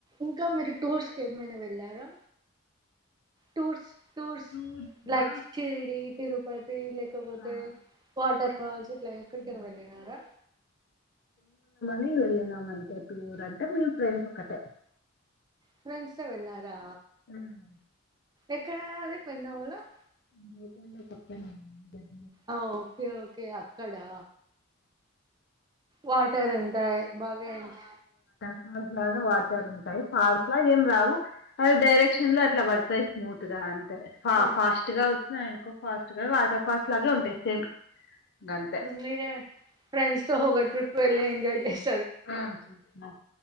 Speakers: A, on the right; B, on the left.
A: ఇంకా మీరు టూర్స్ కి ఏమైనా వెళ్ళారా? టూర్స్ టూర్స్
B: టూర్సా
A: లైక్ షిర్డీ తిరు లేకపోతే
B: ఆ
A: వాటర్ ఫాల్స్ ఇట్లా ఎక్కడికైన
B: ఏం
A: వెళ్ళినారా?
B: నీ వెళ్ళినాం అంతే టూర్ అంటే మేం ఫ్రెండ్స్ ఒకటే
A: ఫ్రెండ్స ఎ వెళ్ళారా?
B: హ్మ్.
A: ఎక్కడదది <unintelligible>
B: ట పక్కన మ <unintelligible>
A: ఆ ఓకే ఓకే అక్కడా వాటర్ టాయ్ బాగా ఎంజ్
B: ఫాస్ లాగా వాటర్ ఉంటాయి ఫాల్స్ లా ఏం రావు అది డైరెక్షన్ లో ఎట్లా పడతాయి స్మూత్ గా అంటే ఫ
A: ఆ
B: ఫాస్ట్ గా వచ్చినయి అనుకో ఫాస్ట్ గా వాటర్ ఫాల్స్ లాగే ఉంటాయి సేమ్ గంతే
A: మీరే ఫ్రెండ్స్ తొ ఓ గ ట్రిప్ వెళ్లి ఎంజాయ్ చేస్
B: ఆ చేసినం